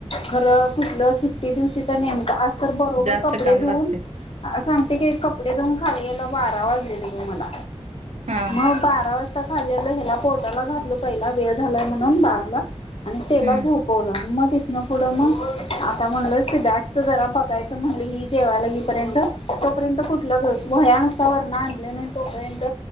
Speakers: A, on the left (about 55°); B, on the right (about 75°).
A: खरं कुठलं सुट्टी दिवशी तर नेमक, आज तर बरोबर
B: जास्त
A: कपडे
B: काम
A: धुऊन
B: लागते
A: सांगते की, कपडे धूऊन खाली यायला बारा वाजलेले बग मला,
B: हा
A: मग बारा वाज खाली आल, ह्याला पोटाला घातल पहिला, वेळ झालाय म्हणून बाळाला. आणि तेला
B: हम्म
A: झोपवलं, मग तिथन पुढं मग, आता म्हणलं ते बॅट जरा बघायचं म्हणलं, ही जेवायला येईपर्यंत तोपर्यंत कुठलं ग, वह्या नुसता वरण आणलं नाही तोपर्यंत